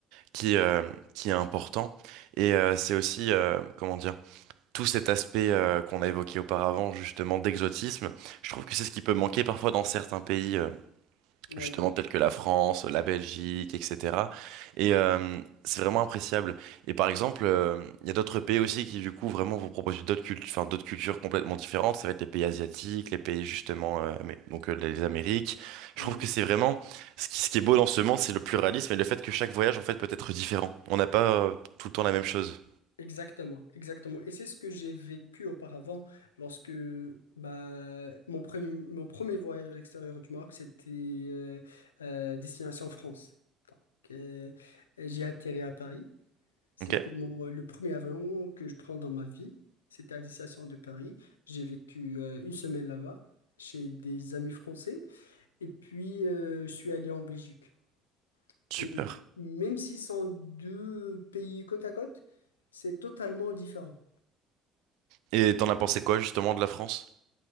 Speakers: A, on the right (about 65°); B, on the left (about 85°).
A: qui, euh, qui est important. Et euh, c'est aussi, euh, comment dire, tout cet aspect euh, qu'on a évoqué auparavant, justement, d'exotisme. Je trouve que c'est ce qui peut manquer parfois dans certains pays. euh,
B: Oui,
A: justement peut-être que la France, la Belgique, etc. Et euh, c'est vraiment appréciable. Et par exemple, euh, il y a d'autres pays aussi qui du coup vraiment vont proposer d'autres cultures, enfin d'autres cultures complètement différentes. Ça va être les pays asiatiques, les pays justement, euh, mais, donc euh, les Amériques. Je
B: oui,
A: trouve que c'est vraiment ce qui, ce qui est beau dans ce monde, c'est le pluralisme et le fait que chaque voyage en fait peut être différent. On n'a pas euh, tout le temps la même chose.
B: exactement, exactement. Et c'est ce que j'ai vécu auparavant lorsque bah, mon premier, mon premier voyage à l'extérieur du Maroc, c'était euh, euh, destination France. Donc euh, j'ai atterri à Paris. C'était
A: Ok,
B: mon, euh, le premier avion que je prends dans ma vie. C'était à la destination de Paris. J'ai vécu euh, une semaine là-bas chez des amis français. Et puis, euh, je suis allé en Belgique.
A: super.
B: Et même si ce sont deux pays côte à côte, c'est totalement différent.
A: Et t'en as pensé quoi justement de la France?